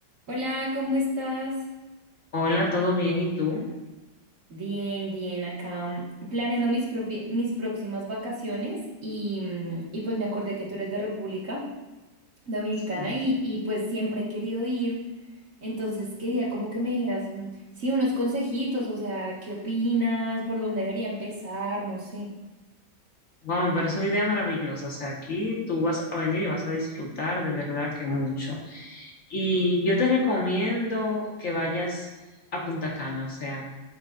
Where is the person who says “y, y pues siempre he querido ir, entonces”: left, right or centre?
Right